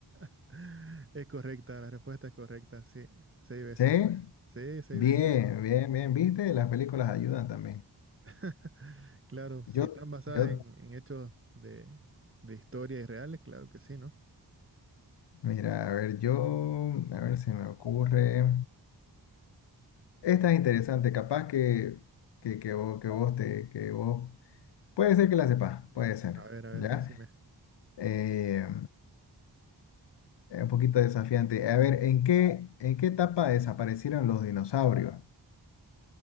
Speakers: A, on the right; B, on the left.
A: <laughs> Es correcta, la respuesta es correcta, sí. Seis veces
B: ¿Sí?
A: fue. Sí, seis
B: Bien,
A: veces.
B: bien, bien, ¿viste? Las películas ayudan también.
A: <laughs> Claro, si
B: Yo,
A: están basadas
B: yo,
A: en, en hechos de, de historia y reales, claro que sí, ¿no?
B: mira, a ver, yo, a ver, se me ocurre. Esta es interesante, capaz que, que, que vos, que vos te, que vos, puede ser que la sepas, puede ser,
A: A ver, a ver,
B: ¿ya?
A: decime.
B: Eh, es un poquito desafiante. A ver, ¿en qué, en qué etapa desaparecieron los dinosaurios?